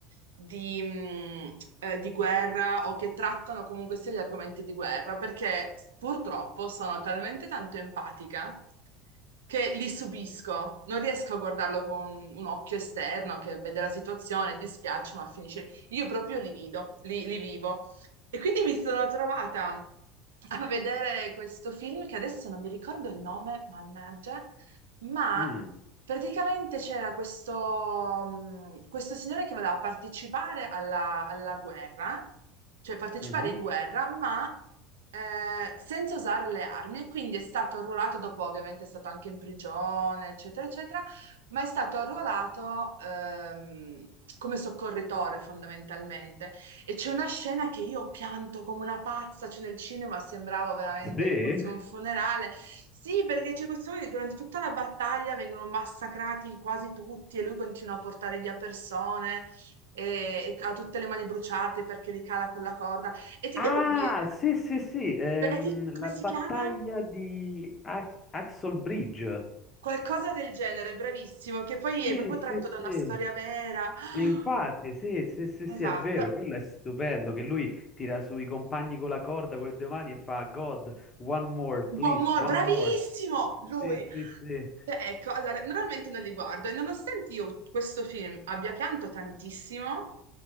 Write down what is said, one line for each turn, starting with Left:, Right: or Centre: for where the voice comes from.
Right: di, mh, eh, di guerra o che trattano comunque sia gli argomenti di guerra perché purtroppo sono talmente tanto empatica che li subisco, non riesco a guardarlo con un occhio esterno che vede la situazione, dispiace, ma finisce. Io proprio li vedo, li, li vivo. E quindi mi sono trovata a vedere questo film che adesso non mi ricordo il nome, mannaggia, ma
Left: Mm,
Right: praticamente c'era questo, mh, questo signore che voleva partecipare alla, alla guerra, cioè partecipare
Left: mhm.
Right: in guerra, ma eh, senza usare le armi e quindi è stato arruolato, dopo ovviamente è stato anche in prigione, eccetera, eccetera, ma è stato arruolato ehm, come soccorritore fondamentalmente. E c'è una scena che io ho pianto come una pazza, cioè nel cinema sembrava veramente
Left: Sì?
Right: che fosse un funerale. Sì, perché c'è questo che durante tutta la battaglia vengono massacrati quasi tutti e lui continua a portare via persone e, e ha tutte le mani bruciate perché li cala con la corda. E ti
Left: Ah,
Right: devo dire,
Left: sì, sì, sì, ehm,
Right: vedi come
Left: la battaglia
Right: si chiama?
Left: di Ax- Axel Bridge.
Right: Qualcosa del genere, bravissimo, che poi
Left: Sì,
Right: è proprio
Left: sì,
Right: tratto
Left: sì.
Right: da una storia vera. <gasps>
Left: E Infatti, sì, sì, sì,
Right: Ah,
Left: sì,
Right: Esatto.
Left: è vero, quello è stupendo che lui tira sui compagni con la corda con le due mani e fa God, one more,
Right: Buon
Left: please,
Right: Mor,
Left: one
Right: bravissimo!
Left: more.
Right: Lui.
Left: Sì, sì, sì.
Right: Cioè, ecco, allora, normalmente non li guardo e nonostante io questo film abbia pianto tantissimo,